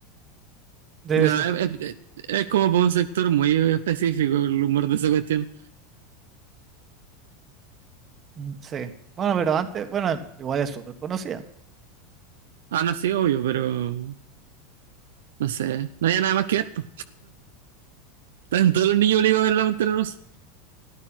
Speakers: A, on the right; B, on the right.
A: de
B: No,
A: eso.
B: es, es- es como por un sector muy específico el humor de esa cuestión.
A: Mm, Sí. Bueno, pero antes, bueno, igual es súper conocida.
B: Ah, no, sí, obvio, pero no sé. No había nada más que ver. <laughs> po. todos los niños obligados a ver la Pantera Rosa.